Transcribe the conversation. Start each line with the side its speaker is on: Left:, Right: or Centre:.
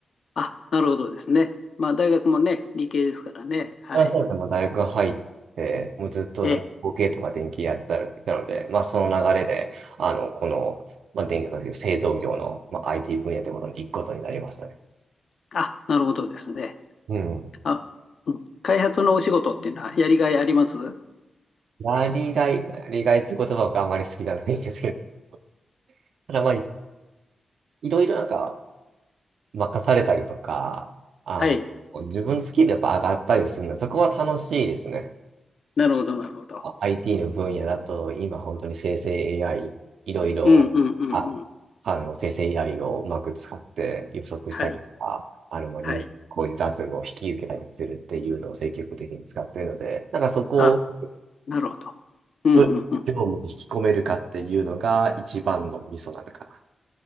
Left: あ、なるほどですね。まあ、大学もね、理系ですからね。はい。
Right: あそうですね。まあ、大学入って、もうずっと模型とか電気やってたので、
Left: え
Right: まあ、その流れで、あの、この、まあ、電気化学製造業の、まあ、IT 分野ってことに行くことになりましたね。
Left: あ、なるほどですね。
Right: うん。
Left: あ、うん開発のお仕事っていうのはやりがいあります <laughs>
Right: まあ、利害、利害って言葉があまり好きじゃないんですけど、<laughs> ただまあ、いいろいろなんか任されたりとか、あの、
Left: はい。
Right: 自分好きでやっぱ上がったりするので、そこは楽しいですね。
Left: なるほど、なるほど。
Right: あ IT の分野だと、今本当に生成 AI、いろいろ、
Left: うんうんうんうん。
Right: あ、あの、生成 AI をうまく使って予測したりとか、
Left: はい。
Right: あの、まあ、人こういう雑務を引き受けたりするっていうのを積極的に使っているので、
Left: はい。
Right: なんかそこを、
Left: あ、なるほど。うんうんうん。
Right: どれを業務に引き込めるかっていうのが一番のミソなのかな。